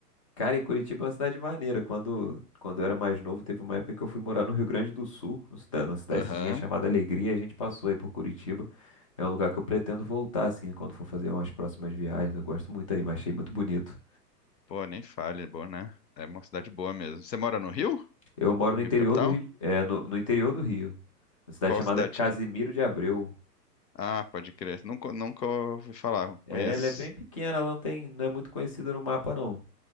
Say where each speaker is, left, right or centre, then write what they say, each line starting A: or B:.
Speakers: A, on the left; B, on the left.
A: Cara, e Curitiba é uma cidade maneira. Quando, quando eu era mais novo, teve uma época que eu fui morar no Rio Grande do Sul, no cida- numa cidadezinha
B: Aham.
A: chamada Alegria, e a gente passou aí por Curitiba. É um lugar que eu pretendo voltar, assim, quando for fazer umas próximas viagens. Eu gosto muito aí, mas achei muito bonito.
B: Pô, nem fale, é bom, né? É uma cidade boa mesmo. Você mora no Rio?
A: Eu moro no
B: Rio
A: interior
B: capital?
A: do Rio, é, no, no interior do Rio, na cidade
B: Qual
A: chamada
B: cidade
A: Casimiro
B: que?
A: de Abreu.
B: Ah, pode crer. Nunca, nunca ouvi falar.
A: É,
B: Conheço.
A: ela é bem pequena, ela não tem, não é muito conhecida no mapa, não.